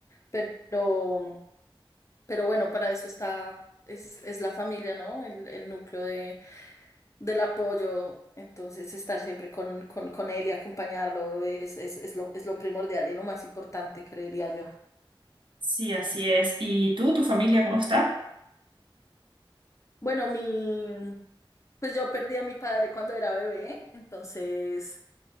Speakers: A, on the left; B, on the right.
A: pero, pero bueno, para eso está, es, es la familia, ¿no? El, el núcleo de, del apoyo, entonces estar siempre con, con, con él y acompañarlo es, es, es lo, es lo primordial y lo más importante, creería yo.
B: Sí, así es. ¿Y tú, tu familia, cómo está?
A: Bueno, mi, pues yo perdí a mi padre cuando era bebé, entonces